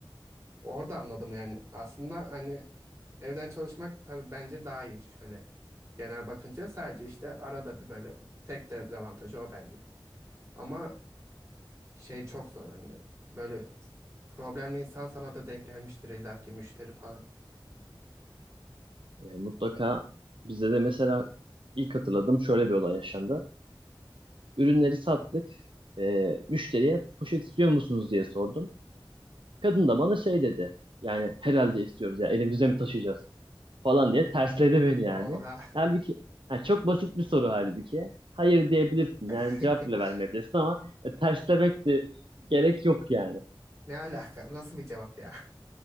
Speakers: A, on the right (about 30°); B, on the right (about 70°).
A: Orada anladım yani aslında hani evden çalışmak tabii bence daha iyi şöyle genel bakınca sadece işte arada bir böyle tek dezavantajı o bence. Ama şey çok zor hani böyle problemli insan sana da denk gelmiştir illaki müşteri falan.
B: Ee, mutlaka bizde de mesela ilk hatırladığım şöyle bir olay yaşandı. Ürünleri sattık. Ee, müşteriye poşet istiyor musunuz diye sordum. Kadın da bana şey dedi. Yani herhalde istiyoruz ya elimizde mi taşıyacağız? falan diye tersledi beni yani.
A: Oha
B: Halbuki ha, çok basit bir soru halbuki. Hayır diyebilirsin
A: <laughs>
B: yani cevap bile vermeyebilirsin ama e, terslemek de gerek yok yani.
A: ne alaka nasıl bir cevap ya?